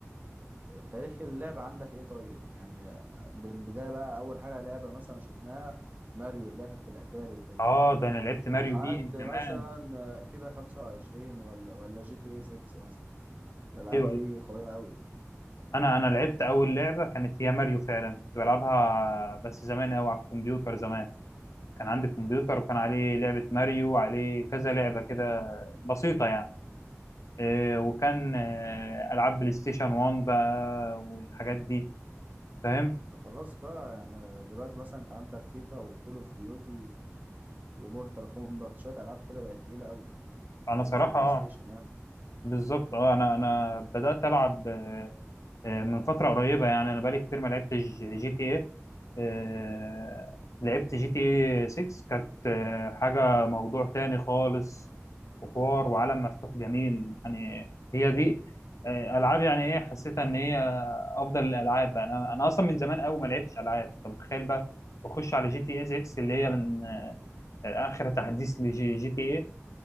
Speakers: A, on the right; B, on the left.
A: آه، تاريخ اللعب عندك ايه طيب يعني آه، من بداية بقى اول حاجة لعبة مثلا شفناها ماريو اللي اخد في الاتاري وكده
B: آه ده أنا لعبت ماريو
A: لحد
B: دي
A: مثلا
B: زمان
A: آه، فيفا 25 ولا ولا جي تي اي 6 مثلا الالعاب
B: أيوه
A: دي
B: أيوه
A: قوية قوي
B: أنا أنا لعبت أول لعبة كانت هي ماريو فعلا كنت بلعبها بس زمان أوي على الكمبيوتر زمان كان عندي كمبيوتر وكان عليه لعبة ماريو وعليه كذا لعبة كده بسيطة يعني إيه، وكان آه، ألعاب بلاي ستيشن 1 بقى والحاجات دي فاهم
A: خلاص بقى يعني آه، دلوقتي مثلا انت عندك فيفا وكول اوف ديوتي ومورتال كومباكت شوية العاب كده بقت تقيلة قوي
B: أنا
A: بالذات
B: صراحة
A: في البلاي
B: اه
A: ستيشن يعني
B: بالظبط اه أنا أنا بدأت ألعب آه، آه، من فترة قريبة يعني أنا بقالي كتير ما لعبتش جي تي إيه آه، لعبت جي تي إيه 6 كانت آه، حاجة موضوع تاني خالص وحوار وعالم مفتوح جميل يعني هي دي آه، ألعاب يعني إيه حسيتها إن هي أفضل الألعاب بقى أنا أنا أصلا من زمان أوي ما لعبتش ألعاب أنت متخيل بقى بخش على جي تي إيه 6 اللي هي من آه، آخر تحديث لجي جي تي إيه